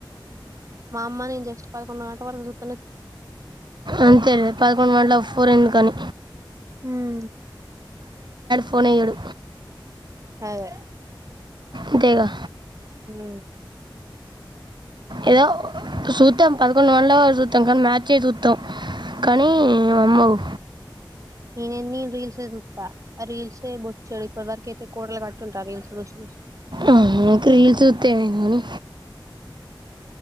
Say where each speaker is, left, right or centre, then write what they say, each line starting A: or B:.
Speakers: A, on the right (about 40°); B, on the right (about 65°).
A: మా అమ్మ నెన్ జస్ట్ పదకొండు గంట వరకు చుత్
B: అంతేలే పదకొండు గంటలకు ఫోన్ ఎందుకని
A: ఉమ్
B: ఫోనే ఇయాడు
A: అదే
B: ఇంకేగా
A: ఉమ్మ్
B: ఏదో సూతం పదకొండు గంటల వరకు సూతం మ్యాచే సూతం కానీ మమ్మొవు
A: నేను రీల్స్ సుత్తా ఆ రీల్స్ బోచ్చడు ఇప్పుడు వరకేతే కూడలు కట్టి ఉంటా రీల్స్ చుసి
B: ఆహ రీల్స్ చుత్తే ఏమైంది గాని